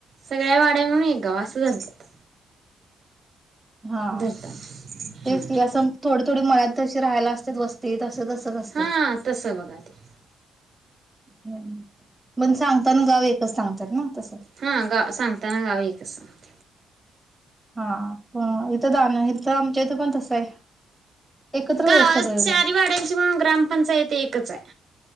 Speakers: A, on the right; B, in the centre.
A: सगळ्या वाड्या म्हणून एक गाव असं धरतात.
B: हा.
A: धरताना
B: तेच
A: हम्म
B: की असं थोडे थोडे मल्यात तशी राहायला असतात वस्ती त तच असते.
A: हा तसं बघा ते
B: हम्. पण सांगत ना गाव एकच सांगतात ना तसं.
A: हा गा सांगताना गाव एकच सांगतात.
B: हा प इथं दण इथं आमच्या इथं पण तसं आहे. एकत्रच
A: गा
B: आहेत सगळे
A: चारी
B: लोक
A: वाड्यांची मिळून ग्रामपंचायत एकच आहे.